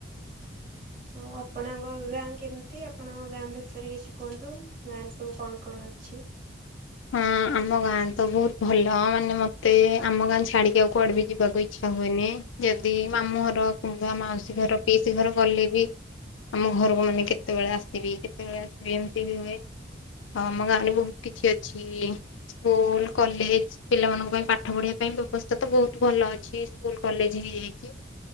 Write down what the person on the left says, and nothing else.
ହଁ ଆମ ଗାଁ ତ ବହୁତ ଭଲ ମାନେ ମତେ ଆମ ଗାଁ ଛାଡିକି ଆଉ କୁଆଡେ ବି ଯିବାକୁ ଇଛା ହୁଏନି ଯଦି ଆାମ ଘର <unintelligible> ମାଉସୀ ଘର ପିସି ଘର ଗଲେ ବି ଆମ ଘରକୁ ମାନେ କେତେବେଳେ ଆସିବି କେତେବେଳେ ଆସିବି ଏମିତି ବି ହୁଏ। ହଁ ଆମ ଗାଁରେ ବହୁତ କିଛି ଅଛି। ସ୍କୁଲ କଲେଜ ପିଲାମାନଙ୍କ ପାଇଁ ପାଠ ପଢିବା ପାଇଁ ବ୍ୟବସ୍ଥା ତ ବହୁତ ଭଲ ଅଛି ସ୍କୁଲ କଲେଜ ହେଇଯାଇଛି